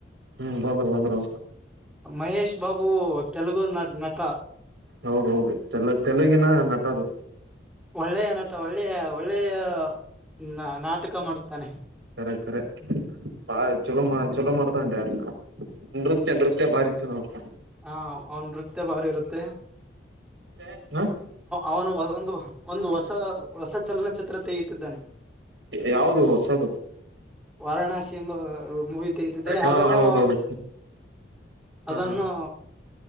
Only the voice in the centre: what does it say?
ಮಹೇಶ್ ಬಾಬು ತೆಲುಗು ನ ನಟ
ಒಳ್ಳೆಯ ನಟ ಒಳ್ಳೆಯ ಒಳ್ಳೆಯ ನ ನಾಟಕ ಮಾಡುತ್ತಾನೆ
ಹಾಂ ಅವ್ನ ನೃತ್ಯ ಬಾರಿ ಇರುತ್ತೆ
ಅವನು ಒಂದು ಒಂದು ಹೊಸ ಹೊಸ ಚಲನಚಿತ್ರ ತೆಗೆ ಅದ್ದಾನೆ
ವಾರಾಣಾಸಿ ಎಂಬ ಮೂವಿ ತೆಗೆದಿದ್ದೇನೆ
ಅದನ್ನು
ಅದನ್ನು